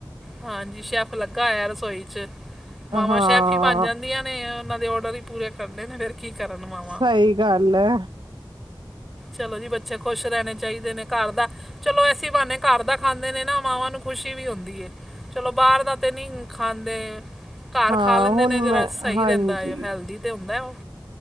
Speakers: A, in the centre; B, on the right (about 75°).
A: ਹਾਜੀ। ਸ਼ੈਫ ਲੱਗਾ ਹੋਇਐ ਰਸੋਈ ਚ। ਮਾਵਾਂ
B: ਹਾਂ
A: ਸ਼ੈਫ ਹੀ ਬਨ ਜਾਂਦੀਆਂ ਨੇ ਅ ਉਨਾਂ ਦੇ ਔਡਰ ਈ ਪੂਰੇ ਕਰਨੇ ਨੇ ਫੇਰ ਕੀ ਕਰਨ ਮਾਵਾਂ।
B: ਸਈ ਗੱਲ ਐ।
A: ਚਲੋ ਜੀ ਬੱਚੇ ਖੁਸ਼ ਰੈਂਣੇ ਚ ਚਾਈਦੇ ਨੇ ਘਰ ਦਾ। ਚਲੋ ਐਸੀ ਬਹਾਨੇ ਘਰ ਦਾ ਖਾਂਦੇ ਨੇ ਨਾ ਮਾਵਾਂ ਨੂੰ ਖੁਸ਼ੀ ਵੀ ਹੁੰਦੀ ਏ। ਚਲੋ ਬਾਅਰ ਦਾ ਤੇ ਨੀ ਖਾਂਦੇ। ਘਰ
B: ਹਾਂ-ਹਾਂ
A: ਖਾਂ ਲੈਂਦੇ
B: ਹੁਣ
A: ਨੇ ਜੇੜਾ
B: ਮੈਂ
A: ਸਈ
B: ਹਾਂਜੀ-ਹਾਂਜੀ
A: ਰੈਂਦਾ ਏ, ਹੈਲਦੀ ਤੇ ਹੁੰਦਾ ਏ ਓ।